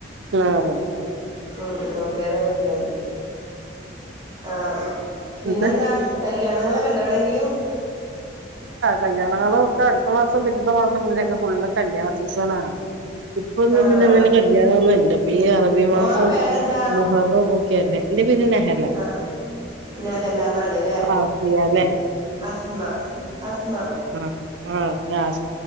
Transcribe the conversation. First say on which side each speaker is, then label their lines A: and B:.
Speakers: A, on the right; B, on the right.
A: ആഹ
B: ഉം നമുക്ക് ഏതാ വഴിക്കണമെങ്കിൽ ആ പിന്നെന്താ
A: എന്നിട്ട്
B: കല്യാണങ്ങളൊക്കെ ഉണ്ടോ എവിടെങ്കിലും
A: കല്യാണങ്ങളും ഒക്ക അടുത്തമാസം പിറ്റത്ത മാസം ങ്ങളിലൊക്കെ ഫുള്ണ്ട് കല്യാണ സീസൺ ആ ഇപ്പൊന്നും
B: ആഹ്
A: പിന്നെ അങ്ങനെ കല്യാണ ഒന്നും ഇല്ല ഈ അറബി മാസം
B: മോളെ പേരെന്താ
A: മുഹറം ഒക്കെ അല്ലേ എന്റെ പേര് നെഹല
B: ആ നെഹലന്നണല്ലേ
A: ആസിയ അല്ലേ
B: അസ്മ അസ്മ
A: ആ ആ അ